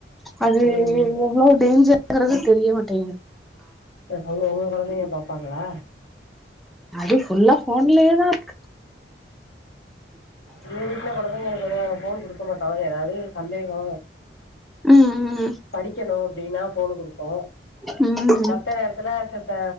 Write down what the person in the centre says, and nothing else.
அது
எவ்ளோ டேஞ்சர்ங்கிறது தெரிய மாட்டேங்குது
அது ஃபுல்லா ஃபோன்லயே தா இருக்
ம் ம்
ம்
ம்